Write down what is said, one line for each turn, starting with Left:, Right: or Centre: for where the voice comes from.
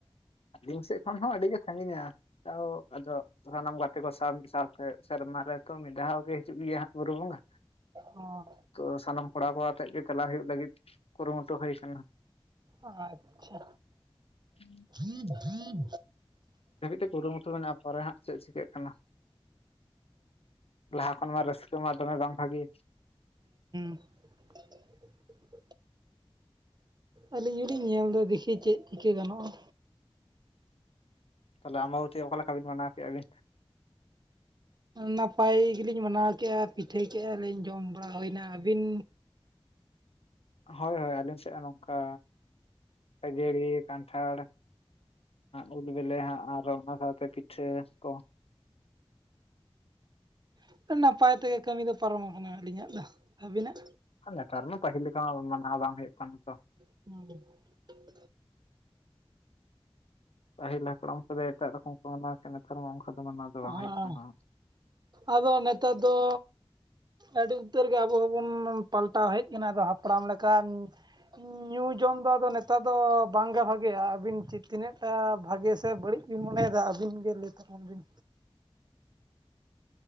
Left: ᱟᱹᱞᱤᱧ ᱥᱮᱫ ᱠᱷᱚᱱ ᱦᱚᱸ ᱟᱹᱰᱤᱜᱮ ᱥᱟᱺᱜᱤᱧᱟ ᱟᱫᱚ ᱥᱟᱱᱟᱢ ᱜᱟᱛᱮ ᱠᱚ ᱥᱟᱶ ᱢᱤᱫ ᱥᱟᱶᱛᱮ ᱥᱮᱨ ᱢᱟᱨᱮ ᱛᱚ ᱢᱤᱫ ᱫᱷᱟᱣ ᱜᱮ ᱦᱤᱡᱩᱜ ᱦᱟᱸᱜ ᱜᱮᱭᱟ ᱵᱩᱨᱩ ᱵᱚᱸᱜᱟ
Right: ᱚ
Left: ᱛᱚ ᱥᱟᱱᱟᱢ ᱠᱚᱲᱟ ᱠᱚ ᱟᱛᱮ ᱜᱮ ᱪᱟᱞᱟᱜ ᱦᱩᱭᱩᱜ ᱞᱟᱹᱜᱤᱫ ᱠᱩᱨᱩᱢᱩᱴᱩ ᱦᱩᱭ ᱟᱠᱟᱱᱟ
Right: ᱟᱪᱪᱷᱟ
Left: <inaudible>
Right: ᱦᱩᱸ ᱦᱩᱸ
Left: ᱫᱷᱟᱹᱵᱤᱡ ᱛᱮ ᱠᱩᱨᱩᱢᱩᱴᱩ ᱢᱮᱱᱟᱜᱼᱟ ᱯᱚᱨᱮ ᱦᱟᱸᱜ ᱪᱮᱫ ᱪᱤᱠᱟᱹᱜ ᱠᱟᱱᱟ ᱞᱟᱦᱟ ᱠᱷᱚᱱ ᱢᱟ ᱨᱟᱹᱥᱠᱟᱹ ᱢᱟ ᱫᱚᱢᱮ ᱵᱟᱝ ᱵᱷᱟᱜᱮ
Right: <inaudible> ᱟᱹᱞᱤᱧ ᱦᱚᱞᱤᱧ ᱧᱮᱞ ᱫᱚ ᱫᱤᱠᱷᱤ ᱪᱮᱫ ᱪᱤᱠᱟᱹ ᱜᱟᱱᱚᱜᱼᱟ
Left: ᱛᱟᱦᱞᱮ ᱟᱢᱢᱵᱟ ᱵᱚᱛᱤ ᱚᱠᱟ ᱞᱮᱠᱟ ᱵᱤᱱ ᱢᱟᱱᱟᱣ ᱠᱮᱜᱼᱟ ᱵᱤᱱ
Right: ᱱᱟᱯᱟᱭ ᱜᱮᱞᱤᱧ ᱢᱟᱱᱟᱣ ᱠᱮᱜᱼᱟ ᱯᱤᱴᱷᱟᱹᱭ ᱠᱮᱜᱼᱟ ᱞᱤᱧ ᱡᱚᱢ ᱵᱟᱲᱟ ᱦᱩᱭᱱᱟ ᱟᱹᱵᱤᱱ
Left: ᱦᱳᱭ ᱦᱳᱭ ᱟᱹᱞᱤᱧ ᱥᱮᱫ ᱦᱚᱸ ᱱᱚᱝᱠᱟ ᱠᱷᱟᱹᱡᱟᱹᱲᱤ ᱠᱟᱱᱴᱷᱟᱲ ᱩᱞ ᱵᱤᱞᱤ ᱦᱟᱜ ᱟᱨ ᱚᱱᱟ ᱥᱟᱶᱛᱮ ᱯᱤᱴᱷᱟᱹ ᱠᱚ
Right: ᱟᱪᱪᱷᱟ ᱱᱟᱯᱟᱭ ᱛᱮᱜᱮ ᱠᱟᱹᱢᱤ ᱫᱚ ᱯᱟᱨᱚᱢ ᱟᱠᱟᱱᱟ ᱟᱹᱞᱤᱧᱟᱜ ᱫᱚ ᱟᱹᱵᱤᱱᱟᱜ
Left: ᱦ ᱱᱮᱛᱟᱨ ᱢᱟ ᱯᱟᱹᱦᱤᱞ ᱞᱮᱠᱟ ᱢᱟᱱᱟᱣ ᱵᱟᱝ ᱦᱩᱭᱩᱜ ᱠᱟᱱᱟ ᱛᱚ
Right: <unintelligible>
Left: ᱯᱟᱹᱦᱤᱞ ᱦᱟᱯᱲᱟᱢ ᱠᱚᱫᱚ ᱮᱴᱟᱜ ᱨᱚᱠᱚᱢ ᱠᱚ ᱢᱟᱱᱟᱣ ᱮᱫ ᱛᱟᱦᱮᱱ ᱱᱮᱛᱟᱨ ᱢᱟ ᱚᱱᱠᱟ ᱫᱚ ᱢᱟᱱᱟᱣ
Right: ᱦᱚᱸ
Left: ᱫᱚ ᱵᱟᱝ ᱦᱩᱭᱩᱜ ᱠᱟᱱᱟ
Right: ᱟᱫᱚ ᱱᱮᱛᱟᱨ ᱫᱚ ᱟᱹᱰᱤ ᱩᱛᱟᱹᱨ ᱜᱮ ᱟᱵᱚ ᱦᱚᱸᱵᱚᱱ ᱯᱟᱞᱴᱟᱣ ᱦᱮᱡ ᱠᱟᱱᱟ ᱟᱫᱚ ᱦᱟᱯᱲᱟᱢ ᱞᱮᱠᱟᱱ ᱧᱩ ᱡᱚᱢ ᱫᱚ ᱟᱫᱚ ᱱᱮᱛᱟᱨ ᱫᱚ ᱵᱟᱝᱜᱮ ᱵᱷᱟᱜᱮᱭᱟ ᱟᱹᱵᱤᱱ ᱛᱤᱱᱟᱹᱜᱴᱟ ᱵᱷᱟᱜᱮ ᱥᱮ ᱵᱟᱹᱲᱤᱡ ᱵᱤᱱ ᱢᱚᱱᱮᱭᱮᱫᱟ ᱟᱹᱵᱤᱱ ᱜᱮ ᱞᱟᱹᱭ ᱛᱟᱵᱚᱱ ᱵᱤᱱ
Left: <inaudible>